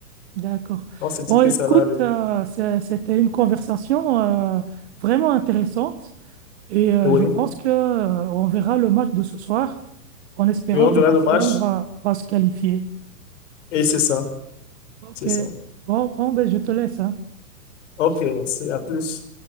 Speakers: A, on the right; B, on the left.
A: d'accord.
B: on se dit
A: Bon,
B: que
A: écoute,
B: ça va aller.
A: euh, c'est- c'était une conversation euh, vraiment intéressante et euh,
B: Oui.
A: je pense que euh, on verra le match de ce soir en espérant
B: Mais on
A: que
B: verra
A: Barcelone
B: le match
A: va, va se qualifier.
B: et c'est ça.
A: Ok.
B: C'est ça.
A: Bon, bon, ben, je te laisse, hein.
B: Ok, c'est à plus.